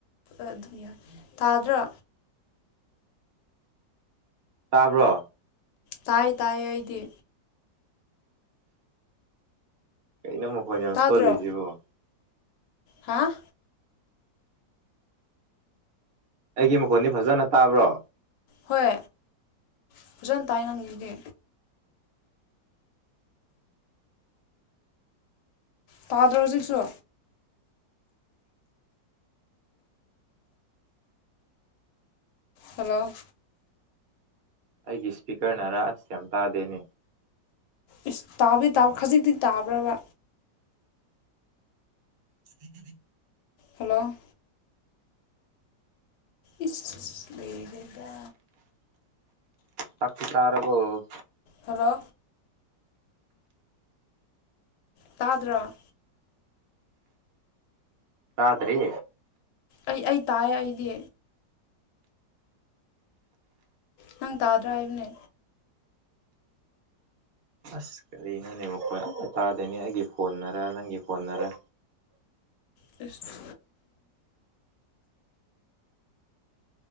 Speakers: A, on the left; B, on the right.
A: ꯑꯗꯨꯝ ꯌꯥꯏ ꯇꯥꯗ꯭ꯔꯥ
B: ꯇꯥꯕ꯭ꯔꯣ
A: ꯇꯥꯏ ꯇꯥꯏ ꯑꯩꯗꯤ
B: ꯀꯩꯅꯣ ꯃꯈꯣꯟ ꯌꯥꯝ
A: ꯇꯥꯗ꯭ꯔꯣ
B: ꯁꯣꯜꯂꯤꯁꯤꯕꯣ
A: ꯍꯥ
B: ꯑꯩꯒꯤ ꯃꯈꯣꯟꯗꯤ ꯐꯖꯅ ꯇꯥꯕ꯭ꯔꯣ
A: ꯍꯣꯏ ꯐꯖꯅ ꯇꯥꯏ ꯅꯪꯒꯤꯗꯤ ꯇꯥ ꯔꯣꯖꯀ ꯁ ꯍꯜꯂꯣ
B: ꯑꯩꯒꯤ ꯏꯁꯄꯤꯀꯔꯅꯔꯥ ꯑꯁ ꯌꯥꯝ ꯇꯥꯗꯦꯅꯦ
A: ꯏꯁꯁ ꯇꯥꯕꯩ ꯇꯥꯕ ꯈꯖꯤꯛꯇꯤ ꯇꯥꯕ꯭ꯔꯕ
B: ꯑꯗꯨꯗꯤ
A: ꯍꯜꯂꯣ ꯏꯁ ꯂꯩꯕꯗ
B: ꯇꯀꯤ ꯇꯥꯔꯕꯨ
A: ꯈꯔꯣ ꯇꯥꯗ꯭ꯔꯥ
B: ꯆꯗ꯭ꯔꯤ
A: ꯑꯩ ꯑꯩ ꯇꯥꯏ ꯑꯩꯗꯤ ꯅꯪ ꯇꯥꯗ꯭ꯔꯥ ꯍꯥꯏꯕꯅꯦ
B: ꯑꯁ ꯀꯔꯤꯅꯅꯦꯕꯣꯏ ꯑꯇꯥꯗꯣꯏꯅꯤ ꯑꯩꯒꯤ ꯐꯣꯟꯅꯔ ꯅꯪꯒꯤ ꯐꯣꯟꯅꯔ
A: ꯇꯁ